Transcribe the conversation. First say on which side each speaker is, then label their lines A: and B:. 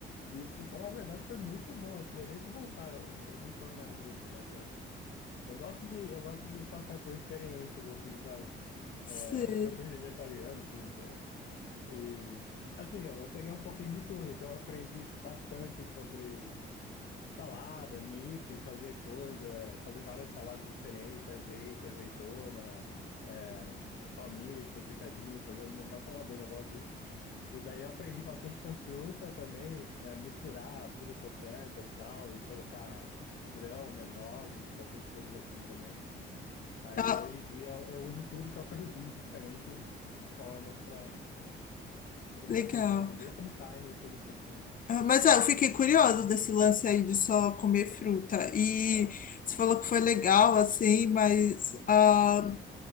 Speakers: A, on the left; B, on the left.
A: E, e falar a verdade, foi muito bom. Eu tinha nem que voltar. Eu, eu não tô mais nisso, mas eu, eu gosto de, eu gosto de passar por experiências assim, sabe?
B: Sim.
A: É, eu já fui vegetariano por um tempo e assim, eu, eu peguei um pouquinho de tudo, então eu aprendi bastante sobre salada, mix, fazer coisa, fazer várias saladas diferentes, azeite, azeitona, é, palmito, picadinho, fazer uma, uma saladona, eu gosto disso. E daí eu aprendi bastante com fruta também, é, misturar frutas certas, tal, e colocar grão, né, nozes, bastante coisas assim também. Aí
B: Ah,
A: hoje em dia eu, eu uso tudo que eu aprendi em diferentes formas para para
B: legal.
A: tudo, né? Hoje em dia eu como carne de todo tipo também.
B: Ah, Mas ah, eu fiquei curioso desse lance aí de só comer fruta. E
A: É.
B: você falou que foi legal, assim, mas ah,